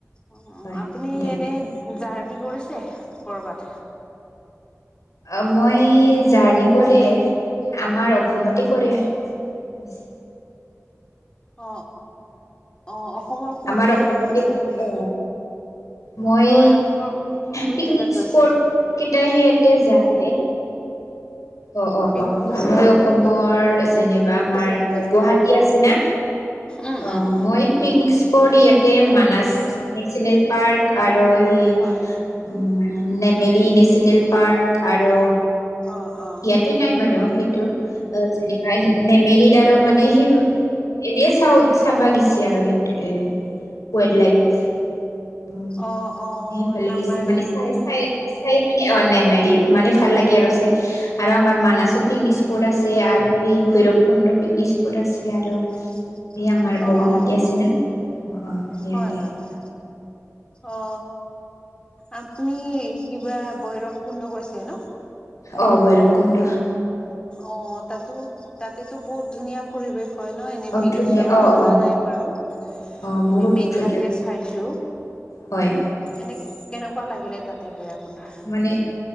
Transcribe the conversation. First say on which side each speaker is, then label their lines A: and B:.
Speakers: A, on the left; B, on the left.
A: অ
B: হয়
A: আপুনি
B: দে
A: এনে জাৰ্ণি কৰিছে কৰবাত
B: অ মই জাৰ্ণি কৰে আমাৰ অসমতে কৰে কৰিছে
A: অ অ অসমৰ কোন
B: আমাৰ
A: কোন
B: অসমতে
A: জেগাত গৈছে
B: কৰে
A: আপুনি
B: অ মই
A: হয় অসমৰ কোন কোন
B: পিকনিক
A: জেগাত গৈছে
B: স্পট কেইটাই সিয়াতে যায়। অ অ
A: পিকনিক
B: অ
A: স্পট
B: মই অসমৰ
A: ক'ত গৈ
B: যেনিবা আমাৰ
A: গৈছে আপুনি
B: গুৱাহাটী আছে না
A: উম
B: অ
A: উম
B: মই পিকনিক স্পট ইয়াতে মানাস নেচনেল পাৰ্ক আৰু উ
A: হয়
B: নেমেৰী নেশচনেল পাৰ্ক আৰু
A: অ অ
B: ইয়াতে নাই বাৰু সেইটো অ যেনিবা নেমেৰিত আৰু মানে এনে চা চাবা গিছে আৰু সেইটো এ ৱাইল্ড লাইফ উ
A: অ অ অ
B: সেইফালে
A: নামাৰী
B: গেছে মানে চাই চাই চাই মানে অ নামেৰি মানে ভাল লাগে ৰছোই আৰু আমাৰ মানসৰ পিকনিক স্পট আছে আৰু এই ভৈৰৱ কণ্ড পিকনিক স্পট আছে আৰু
A: <unintelligible>
B: এই আমাৰ বগামাটি
A: অ অ
B: আছে
A: অ
B: ন। অ অ ইয়াতে
A: হয় হয় হয় অ আপুনি কিবা বৈৰৱ কুণ্ড কৈছে ন।
B: অ ভৈৰৱকুন্দ।
A: অ তাতো তাতেতো বহুত ধুনীয়া পৰিৱেশ হয় ন এনে
B: অ
A: ভিডিঅ'
B: ধুনীয়া
A: চা মই
B: অ
A: যোৱা
B: অ
A: নাই বাৰু
B: অ
A: এনেই
B: বহুত
A: মেডিয়াতে
B: ধুনীয়া
A: চাইছো,
B: হয়
A: এনে কেনেকুৱা লাগিলে তাতে গৈ? আপোনাৰ
B: মানে